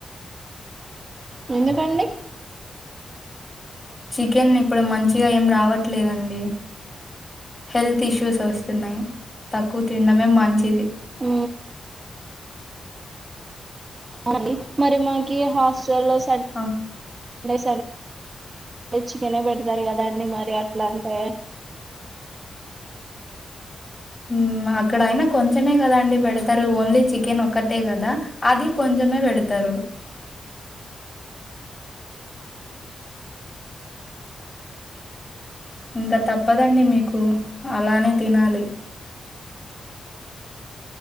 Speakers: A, on the right; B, on the left.
A: ఎందుకండి
B: చికెన్ ఇప్పుడు మంచిగా ఏం రావట్లేదండి హెల్త్ ఇష్యూస్ వస్తున్నాయి తక్కువ తినడమే మంచిది
A: ఊ అది మరి మాకిగ హాస్టల్ లో సట్
B: ఆ
A: డే సన్ చికెనే పెడతారు కదండి మరి అట్లా అంటే
B: ఊ అక్కడయినా కొంచమే కదాండి పెడతారు ఓన్లీ చికెన్ ఒక్కటే కదా అది కొంచమే పెడతారు ఇంకా తప్పదండి మీకు అలానే తినాలి